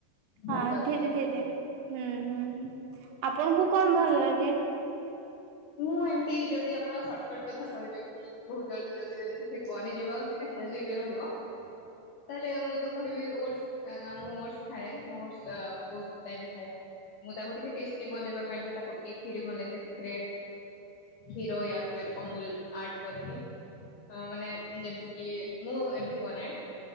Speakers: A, on the left; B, on the right.
A: ଭଲ
B: ହଁ
A: ଲାଗୁଛି
B: ଧୀରେ
A: ସେମାନେ।
B: ଧୀରେ, ହୁଁ ହୁଁ ଆପଣଙ୍କୁ କଣ ଭଲ ଲାଗେ?
A: ମୁଁ ଏମତି ଯଦି ଆପଣ ସର୍ଟକଟ କଥା କହିବେ କି ବହୁତ ଜଲଦି ଜଲଦି ଯଦି କିଛି ବନିଯିବ ଆଉ ସେଇଟା ହେଲ୍ଦି ବି ରହିବ ତାହେଲେ ମୁଁ ତ କହିବି ଓଟଶ୍। ମୁଁ ଓଟ୍ସଶ୍ ଖାଏ, ମୁଁ ଓଟଶ୍ ବହୁତ୍ ଟାଇମ୍ ଖାଏ। ମୁଁ ତାକୁ ଟିକେ ଟେଷ୍ଟି ବନେଇବା ପାଇଁ କି ତାକୁ ଟିକେ କ୍ଷୀରି ବନେଇଦିଏ ସେଥିରେ। କ୍ଷୀର ୟା ଫିର୍ ଅମୂଲ ଆଡ଼ କରିକି। ହଁ ମାନେ ଯେମିତି କି ମୁଁ ଏମିତି ବନାଏ।